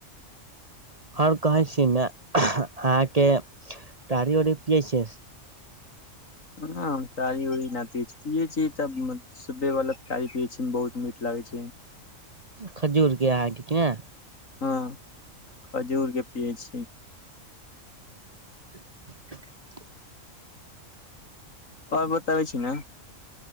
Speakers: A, on the right (about 30°); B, on the left (about 75°).
A: اور کہے چ ن آ کے ٹاڑی وڑی پیے سے
B: ہاں ساری وہی ن پ پی چ تب <unintelligible> صبے والا کھائے پیے چ بہت مٹ لگے چ
A: کھجور کے آاں کی کہ نہ
B: ہاں کھجور کے پیے چ
A: <unintelligible>
B: اور بتبی چ نا